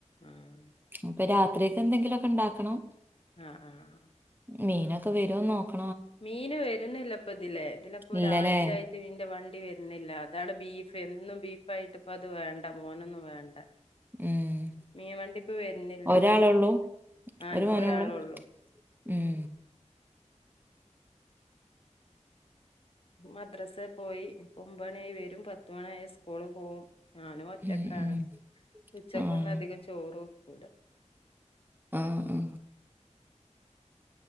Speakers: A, on the left; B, on the right.
A: ആഹ്
B: ഇപ്പൊ രാത്രിയൊക്കെ എന്തെങ്കിലൊക്ക ഇണ്ടാക്കണം.
A: ആഹ് ആഹ്
B: മീനൊക്കെ വരോന്ന് നോക്ക്
A: മീന് വരുന്നില്ലപ്പ ഇതിലേ ഇതിലപ്പോ ഒരാഴ്ചായിട്ട്
B: ഇല്ലല്ലേ
A: മീന്റെ വണ്ടി വര് പിന്നില്ലാ അതാണ് ബീഫ് എന്നും ബീഫ് ഇപ്പോയിട്ടപ്പോൾ അത് വേണ്ട മോനൊന്നും വേണ്ട
B: ഉം
A: മീൻ വണ്ടിപ്പവരുന്നില്ല
B: ഒരാളൊള്ളൂ
A: മീ ആ
B: ഒരു
A: എനിക്കൊരാളൊള്ളു.
B: മോനൊള്ളൂ ഉം
A: മദ്രാസേ പോയി ഇപ്പോ ഒൻപത് മണിയായി വരും പത്ത് മണിയായ സ് സ്കൂള് പോവും ഞാനും ഒറ്റക്കാണ്
B: ഉം ഉം
A: ഉച്ചക്കൊന്നും
B: ആഹ്
A: അധികം ചോറും കൂട
B: ആഹ്ഹ്